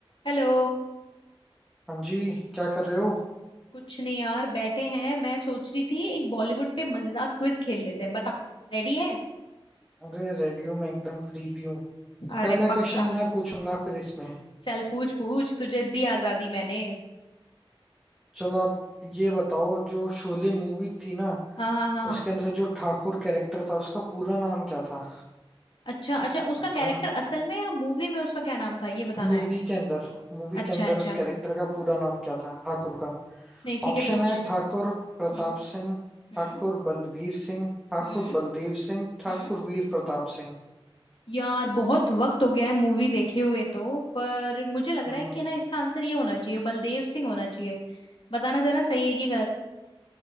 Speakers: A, on the left; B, in the centre.
A: Hello
B: हाँ जी क्या कर रहे हो
A: कुछ नहीं यार बैठे हैं मैं सोच रही थी एक बॉलीवुड पे मजेदार क्विज खेल लेते हैं बता रेडी है
B: अरे रेडियो में एकदम फ्री भी हूँ
A: अरे
B: पहला
A: पक्का
B: क्वेश्चन मैं पूछूंगा फिर इसमें
A: चल पूछ पूछ तुझे दी आजादी मैंने
B: चलो आप ये बताओ जो शोले मूवी थी ना
A: हाँ हाँ हाँ हाँ
B: उसके अंदर जो ठाकुर कैरेक्टर था उसका पूरा नाम क्या था
A: अच्छा अच्छा उसका
B: हम्म
A: कैरेक्टर असल में या मूवी में उसका क्या नाम था ये बताना
B: मूवी
A: है
B: के अंदर मूवी
A: अच्छा
B: के अंदर
A: अच्छा
B: उस कैरेक्टर का पूरा नाम क्या था ठाकुर का
A: नहीं ठीक
B: ऑप्शन
A: है पूछ
B: है ठाकुर प्रताप
A: हम्म
B: सिंह ठाकुर
A: हम्म
B: बलवीर सिंह ठाकुर
A: हम्म
B: बलदेव सिंह ठाकुर
A: हम्म
B: वीर प्रताप सिंह
A: यार बहुत वक्त हो गया है मूवी देखे हुए तो पर मुझे लग रहा
B: हम्म,
A: है कि ना इसका आंसर ये होना चाहिए बलदेव सिंह होना चाहिए बताना जरा सही है कि गलत